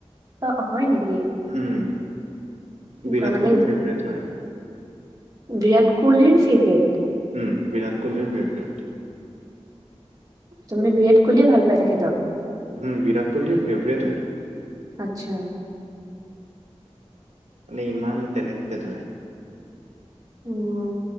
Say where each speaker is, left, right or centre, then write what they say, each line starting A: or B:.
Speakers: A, on the right; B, on the right.
A: অ', হয় নেকি?
B: উম,
A: কি
B: বিৰাট
A: কয় মানে
B: কোহলি ফেভৰেট হয়।
A: বিৰাট কোহলিৰ ফিভৰেট?
B: উম, বিৰাট কোহলিৰ ফেভৰেট।
A: তাৰমানে বিৰাত কোহলিয়ে ভাল পায় তেখেতক।
B: উম, বিৰাট কোহলিৰ ফেভৰেট হয়।
A: আচ্ছা।
B: মানে ইমান টেলেণ্টেড হয়।
A: উম,